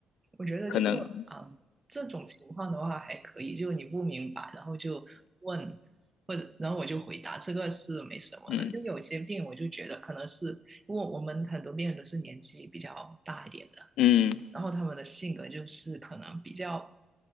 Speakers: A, on the right (about 20°); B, on the left (about 80°).
A: 我觉得这个啊、
B: 可能，
A: 这种情况的话还可以，就你不明白，然后就问，或者然后我就回答，这个是没什么的。
B: 嗯
A: 就有些病，我就觉得可能是因为我们很多病人都是年纪比较大一点的，
B: 嗯
A: 然后他们的性格就是可能比较